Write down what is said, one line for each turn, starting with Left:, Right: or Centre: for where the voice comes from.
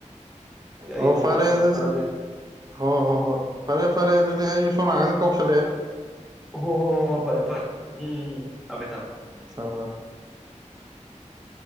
Centre: ꯌꯥꯏꯌꯦ
Right: ꯑꯣ
Centre: ꯅꯣꯡꯃ
Right: ꯐꯔꯦ ꯑꯗꯨꯗꯤ
Centre: ꯆꯥꯁꯦ
Right: ꯍꯣ ꯍꯣ ꯍꯣꯏ ꯐꯔꯦ ꯐꯔꯦ ꯑꯗꯨꯗꯤ ꯑꯩ ꯁꯣꯝ ꯅꯥꯀꯟꯗ ꯀꯧꯁꯜꯂꯦ
Centre: ꯑꯣ ꯍꯣ ꯐꯔꯦ ꯐꯔꯦ ꯎꯝ ꯊꯥꯃꯦ ꯊꯥꯃꯦ
Right: ꯊꯝꯃꯣ ꯊꯝꯃꯣ
Centre: <inaudible>